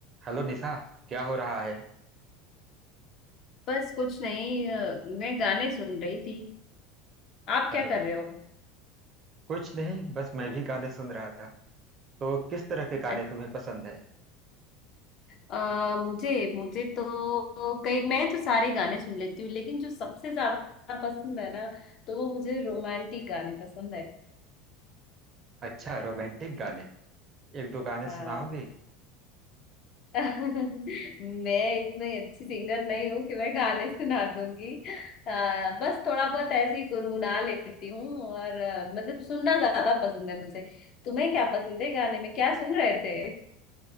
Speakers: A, on the right; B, on the left.
A: Hello Nisha क्या हो रहा है
B: बस कुछ नहीं अ, मैं गाने सुन रही थी आप
A: अरे
B: क्या कर रहे हो
A: कुछ नहीं बस मैं भी गाने सुन रहा था तो किस तरह के
B: अ,
A: गाने तुम्हें पसंद है
B: अ, मुझे मुझे तो कई मैं तो सारे गाने सुन लेती हूँ लेकिन जो सबसे ज्यादा पसंद है ना तो वो मुझे रोमांटिक गाने पसंद है
A: अच्छा रोमांटिक गाने एक दो गाने
B: हाँ
A: सुनाओगी
B: <laughs> मैं इतनी अच्छी सिंगर नहीं हूँ कि मैं गाने सुना दूंगी अ, बस थोड़ा बहुत ऐसे ही गुनगुना लेती हूँ और अ, मतलब सुनना ज्यादा पसंद है मुझे तुम्हें क्या पसंद है गाने में क्या सुन रहे थे